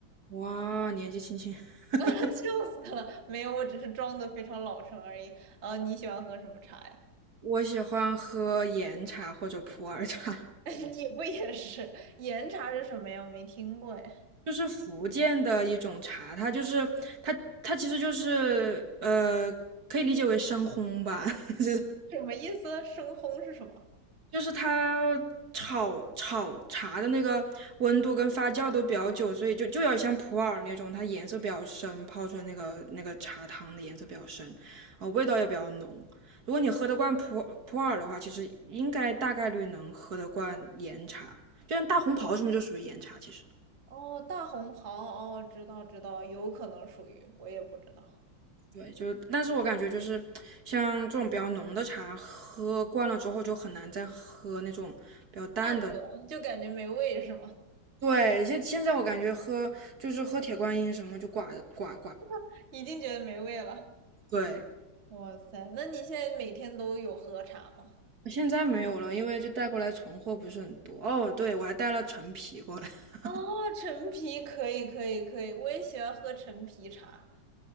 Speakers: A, on the right; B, on the right.
A: 哇，年纪轻轻，
B: <laughs>
A: <laughs>
B: 笑死了，没有，我只是装的非常老成而已。呃，你喜欢喝什么茶呀？
A: 我喜欢喝岩茶或者普洱茶，
B: <laughs> 你不也是岩茶是什么呀？我没听过哎，
A: 就是福建的一种茶，它就是它它其实就是呃，可以理解为深烘吧，<laughs> 就
B: 什么意思？生烘是什么？
A: 就是它炒炒茶的那个温度跟发酵都比较久，所以就就有点像普洱那种，它颜色比较深，泡出来那个那个茶汤的颜色比较深，啊、呃味道也比较浓。如果你喝得惯普普洱的话，其实应该大概率能喝得惯岩茶，就像大红袍什么就属于岩茶，其实。
B: 哦，大红袍，哦，知道知道，有可能属于，我也不知道。
A: 对，就但是我感觉就是像这种比较浓的茶，喝惯了之后就很难再喝那种比较淡的。
B: 看着了就感觉没味是吗？
A: 对，现现在我感觉喝就是喝铁观音什么就寡寡寡，
B: <laughs> 已经觉得没味了。
A: 对，
B: 哇塞，那你现在每天都有喝茶吗？
A: 现在没有了，因为就带过来存货不是很多。哦，对，我还带了陈皮过来。<laughs>
B: 哦，陈皮可以可以可以，我也喜欢喝陈皮茶。<laughs>